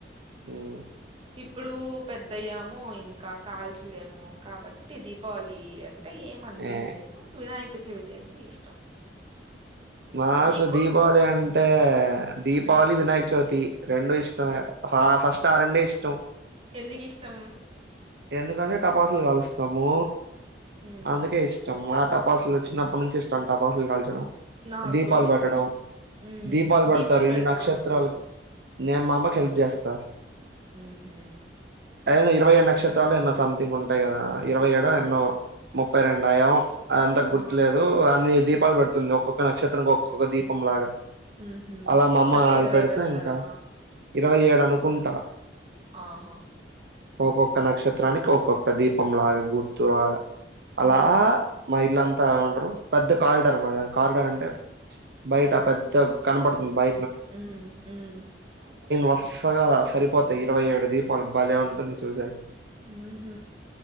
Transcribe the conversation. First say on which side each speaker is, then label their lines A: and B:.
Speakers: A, on the right (about 65°); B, on the right (about 35°).
A: ఉమ్
B: ఇప్పుడు పెద్దయ్యాము ఇంకా కాల్చలేము కాబట్టి దీపావళి అంట్ టే ఏం అంతేం
A: ఏ
B: లేదు వినాయక చవితి అంటే ఇష్టం
A: మాకు
B: నీకు
A: దీపావళి అంటే దీపావళి
B: మ్.
A: వినాయక చవితి రెండూ ఇష్టమే ఫా ఫస్ట్ ఆరండే ఇష్టం
B: ఎందుకు ఇష్టం?
A: ఎందుకంటే టపాసులు కాలుస్తాము
B: మ్.
A: అందుకే ఇష్ మా టపాసులు వచ్చినప్పట్నుంచి ఇష్టం టపాసులు కాల్చడం
B: నాకు
A: దీపాలు
B: కూడా ఇష్టం
A: పెట్టడం,
B: హ్మ్
A: దీపాలు పెడతారు ఇన్ని
B: పెడతావా
A: నక్షత్రాలకి
B: నువ్వు
A: నేమామ్మకు హెల్ప్ జేస్తా
B: ఊహు
A: అదెదో ఇరవై ఏడు నక్షత్రాలు ఎన్నో సంథింగ్ ఉంటాయి కదా ఇరవై ఏడో ఎన్నో ముప్పై రెండా ఏమో అదంతా గుర్తులేదు
B: ఆ
A: అన్ని దీపాలు పెడుతుంది ఒక్కొక్క నక్షత్ ఒక్కొక్క దీపం లాగా
B: ఊహూ
A: అలా మా అమ్మ
B: అట్లే
A: అది
B: ఇరవై
A: పెడితే
B: పెడతారా
A: ఇంకా ఇరవై ఏడు అనుకుంటా
B: ఆహ
A: ఒక్కొక్క నక్షత్రానికి ఒక్కొక్క దీపంలాగా గుర్తులాగా అలా
B: ఊహూ
A: మా ఇళ్లం ఉంటారు పెద్ద కారిడార్ మాదా కారిడార్ అంటే ప్చ్ అంటే బయట పెద్ద కనపడుతుంది బై
B: ఉమ్ ఉమ్
A: వర్సగా సరిపోతాయి ఇరవై ఏడు దీపాలు భలే ఉంటుంది చూసేకి
B: ఊహు